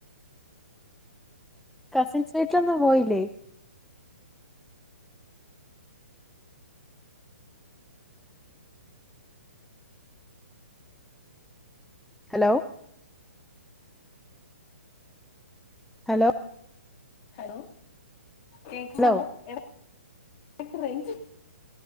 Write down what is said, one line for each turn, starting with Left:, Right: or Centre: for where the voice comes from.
Centre: കസിൻസ് വീട്ടിലൊന്നും പോയില്ലേ ഹലോ ഹലോ
Left: ഹലോ കേക്കവോ
Centre: ഹലോ
Left: ഇടയ്ക്കു റേഞ്ച്